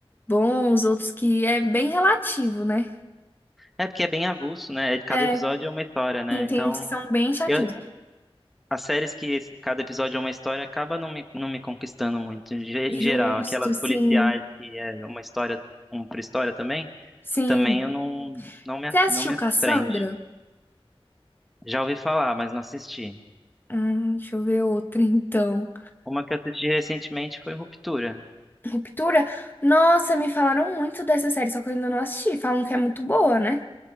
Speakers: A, on the left (about 20°); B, in the centre.
A: bons, outros que é bem relativo, né?
B: É porque é bem avulso, né? É, Cada
A: É,
B: episódio é uma história, né?
A: sim, tem
B: Então,
A: uns que são bem chatinhos.
B: eu- as séries que s- cada episódio é uma história acaba não me, não me conquistando muito. Em ge- em
A: Justo,
B: geral, aquelas
A: sim.
B: policiais que é uma história, uma pré-história também,
A: Sim.
B: também eu não, não me,
A: Você
B: a-
A: assistiu
B: não me
A: Cassandra?
B: prende. Já ouvi falar, mas não assisti.
A: Hum, deixa eu ver outra, então.
B: Uma que eu assisti recentemente foi Ruptura.
A: Ruptura? Nossa, me falaram muito dessa série, só que eu ainda não assisti. Falam que é muito boa, né?